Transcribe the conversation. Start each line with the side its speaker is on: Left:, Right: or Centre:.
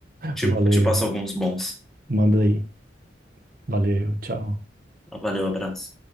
Centre: Te,
Right: Valeu.
Centre: te passo alguns bons.
Right: Manda aí. Valeu, tchau.
Centre: Valeu, abraço.